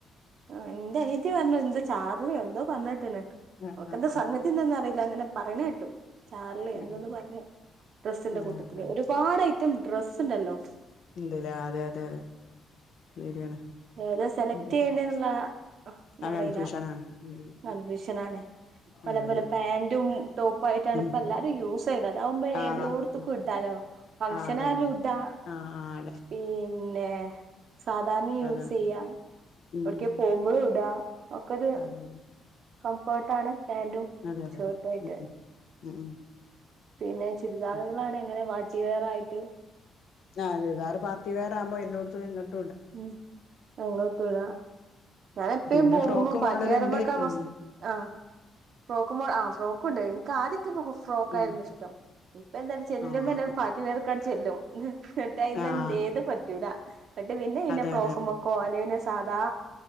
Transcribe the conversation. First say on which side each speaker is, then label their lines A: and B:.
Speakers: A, on the right; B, on the left.
A: ആഹ് ഇന്റെ അനിയത്തി പറഞ്ഞു എന്താ ചാർലിയോ എന്തോ പറഞ്ഞ് കേട്ട്ണ്
B: ആഹ്
A: ഓക്കെന്താ
B: ആഹ്
A: സംഗതി
B: ആഹ്
A: എന്താന്ന് അറിയില്ലാ അങ്ങനെ പറേണ കേട്ടു ചാർലി
B: ഉം
A: എന്തൊന്ന് പറഞ്ഞു ഡ്രസ്സിന്റെ
B: ആഹ് ആഹ്
A: കൂട്ടത്തില്
B: അതെ
A: ഒരുപാട് ഐറ്റം ഡ്രസ്സ് ഇണ്ടല്ലോ
B: ഇണ്ട്ലെ അതെ അതെ അതെ ശരിയാണ്
A: ഏത സെലക്ട്
B: ഉം
A: ചെയ്യണ്ട
B: ഉം
A: എന്നുള്ള ത
B: ആ
A: അറീല
B: കൺഫ്യൂഷനാണ് ഉം
A: കൺഫ്യൂഷൻ ആണ്
B: ഉം
A: പല പല പാന്റും ടോപ്പും ആയിട്ടാണ്
B: ഉം
A: ഇപ്പ
B: അതെ അതെ ഉം
A: എല്ലാരും യൂസ്ചെയ്യ അതാവുമ്പോ എല്ലാട്ത്തക്കും
B: ആഹ്
A: ഇടാലോ ഫംഗ്ഷനാലുംടാ
B: ആ അതെ അതെ ആഹ് ആഹ്
A: പിന്നെ ന്നെ സാധാണി യൂസ്
B: അതെ
A: ചെയ്യാ
B: ഉം
A: വിടെക്കെ
B: ഉം. അതാ ഉം ഉം.
A: പോമ്പോളും ഇടാ ക്കോരു
B: അതെ അതെ
A: കംഫേട്ടാണ് പ്യാന്റും
B: അതെ അതെ
A: ഷേർട്ടുവായിട്ട്
B: അതെ ഉം ഉം ഉം ഉം
A: പിന്നെ ചുരുദാറുകളാണ്
B: അതെ.
A: എങ്ങനെ പാർട്ടി വെയരായിറ്റും
B: ആഹ് ചുരിദാറ് പാർട്ടിവേർ ആമ്പോ എല്ലോടുത്തും രണ്ടാ -
A: ഉം എങ്ങോട്ടുംടം ഞാന്പ്പഴും
B: പിന്നെ
A: പോകുമ്പോ
B: ഫ്രോക്ക്
A: പാറ്റിവേർന്നാക്കാ
B: മോഡല്ണ്ട് ഉം
A: ഫസ്റ്റ് ആഹ് ഫ്രോക്കുമോ ആ ഫ്രോക്കൊണ്ട് നിക്കാദ്യം <unintelligible> ഫ്രോക്കായിരുന്നു
B: ഉം
A: ഇഷ്ടം ഇപ്പന്തായാലും ചെല്ലുബന്നെ
B: ആഹ്
A: പാർട്ടി വെയർ ക്കാണ്ട് ചെല്ലും എന്നിട്ടായിന്ന്
B: ആഹ്
A: എന്തെ ഏത് പറ്റൂല ന്നിട്ട് പിന്നെ അയിനെ
B: അതെ
A: ഫ്രോക്കുമോ
B: അതെ
A: കോലെയിന് സാധാ